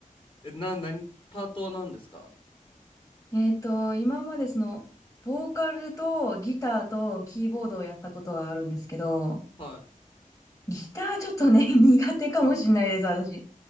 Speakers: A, on the left (about 40°); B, on the left (about 20°).
A: えな何パートは何ですか
B: えっと、今までその、ボーカルとギターとキーボードをやったことがあるんですけど、
A: はい
B: ギターちょっとね、<laughs> 苦手かもしれないです、私。い